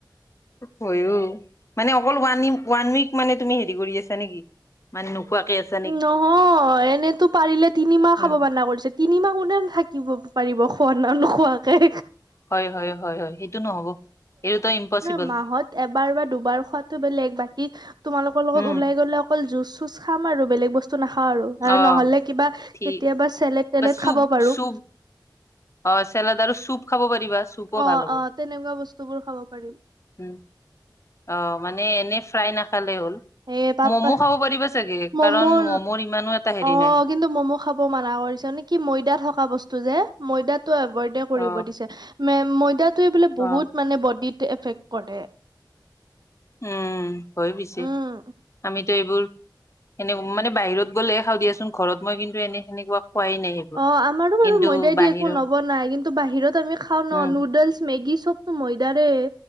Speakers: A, on the left; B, on the right.
A: হয়ো, মানে অকল ৱানী ওৱান উইক মানে তুমি হেৰি কৰি আছা নেকি, মানে নোখোৱাকে আছ-
B: নহয়, এনেইতো পাৰিলে তিনিমাহ
A: উম
B: খাব মানা কৰিছে। তিনিমাহ কোনে থাকিব পাৰিব খোৱা না নোখোৱাকে।
A: হয় হয় হয় হয়, সেইটো নহব। এইটোতো ইম্পচিবল
B: ৱহ মাহত এবাৰ বা দুবাৰ খোৱাতো বেলেগ বা - কি তোমালোকৰ লগত
A: উম
B: ওলাই গ'লে অকল যুঁজ চুজ খাম আৰু বেলেগ বস্তু- নাখাওঁ আৰু, আৰু
A: অ
B: নহলে কিবা কেতিয়াবা
A: ঠিক
B: চেলেড তেলেড
A: বা চুপ
B: খাব পাৰো।
A: চুপ অ চেলাদ আৰু চুপ খাব পাৰিবা। চুপো
B: অ
A: ভাল হ'ব
B: অ তেনেকুৱা বস্তু বোৰ খাব পাৰিম।
A: উম অ মানে এনে ফ্ৰাই নাখালে হ'ল।
B: এ পাপা
A: ম'ম খাব পাৰিবা চাগে
B: ম'ম'
A: কাৰণ ম'মৰ ইমানো এটা হেৰি
B: অ
A: নাই।
B: কিন্তু মম খাব মানা কৰিছে, মানে কি ময়ডা থকা বস্তু যে, ময়ডাটো অভয়ডে কৰিব
A: অ
B: দিছে ময়দাটোৱে বোলে
A: অ
B: বহুত মানে বডিত এফেক্ট কৰে।
A: উম হয় পিছে।
B: উম
A: আমিত তে এইবোৰ এনে মানে বাহিৰত গ'লেহে খাওঁ দিয়াচোন ঘৰত মই কিন্তু এনে সেনেকুৱা খোৱাই নাই।
B: অ আমাৰো বাৰু
A: কিন্তু
B: ময়দাদি
A: বাহিৰৰ
B: একো নবনাই কিন্তু বাহিৰত আমি খাওঁ
A: উম
B: ন নুডলছ, মেগী চব টো ময়দাৰে।